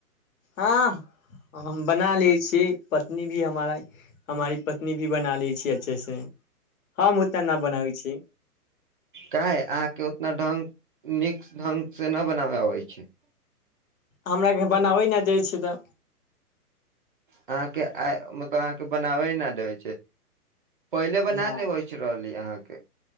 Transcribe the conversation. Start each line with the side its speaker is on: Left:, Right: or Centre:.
Left: हँ हम बना लै छियै पत्नी भी हमार हमारी पत्नी भी बना लै छिय अच्छे से हम उतना न बनाबै छी
Right: क ह आहके उतना ढ्ंग नीक ढंग से नहि बनाबय अबै छै
Left: हमरााकेँ बनाबै नहि दै छै तऽ
Right: अहाँके आइ मतलब अहाँके बनाबै ह नहि देबै छै पहिले बना
Left: न।
Right: लेबइ रहलीै अछि अहाँ <inaudible>